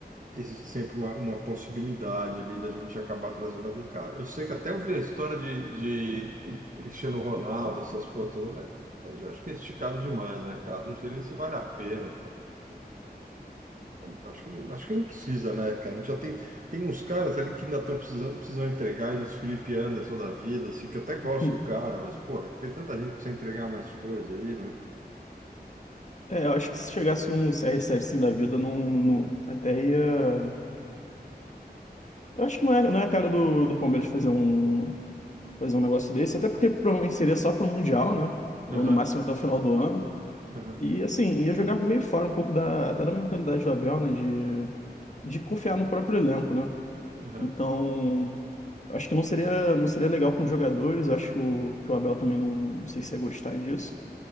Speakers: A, on the right; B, on the left.
A: existe sempre uma, uma possibilidade ali da gente acabar trazendo algum cara. Eu sei que até ouvi a história de, de Cristiano Ronaldo, essas coisas todas, mas aí já acho que é esticado demais, né, cara? Não sei nem se vale a pena, Acho que, não- acho que não precisa, né, cara? Já tem, tem uns caras ali que ainda estão precisando, precisam entregar, e nos Felipe Anderson da vida, assim, que eu até gosto
B: Hum.
A: do cara, mas, porra, tem tanta gente que precisa entregar mais coisa aí, né?
B: É, eu acho que se chegasse um CR7 assim da vida, não, não- até ia. Eu acho que não é, não é a cara do, do Palmeiras fazer um, fazer um negócio desse, até porque provavelmente seria só pro Mundial, né? Ou
A: Aham,
B: no máximo até o final do ano.
A: aham,
B: E assim, ia jogar meio fora um pouco da, até da mentalidade do Abel, né? De, de confiar no próprio elenco, né?
A: aham.
B: Então, acho que não seria, não seria legal com os jogadores. Acho que o, que o Abel também não, não sei se ia gostar disso.